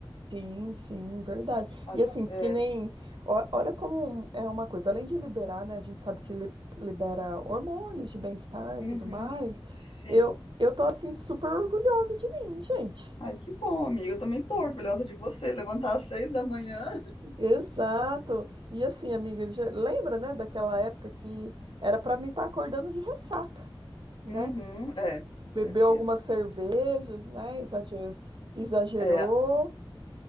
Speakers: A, on the right (about 60°); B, on the left (about 75°).
A: Sim, sim, verdade.
B: Aju-
A: E assim, que
B: é,
A: nem. ó- Olha como é uma coisa, além de liberar, né? A gente sabe que li- libera hormônios de bem-estar e
B: uhum,
A: tudo mais.
B: sim.
A: Eu, eu tô assim, super orgulhosa de mim, gente.
B: Ai, que bom, amiga. Eu também tô orgulhosa de você. Levantar às seis da manhã.
A: Exato. E assim, amiga, já- lembra, né, daquela época que era pra mim estar acordando de ressaca, né?
B: Uhum, é,
A: Bebeu
B: é, fia.
A: algumas cervejas, né? Exagerou. Exagerou.
B: É,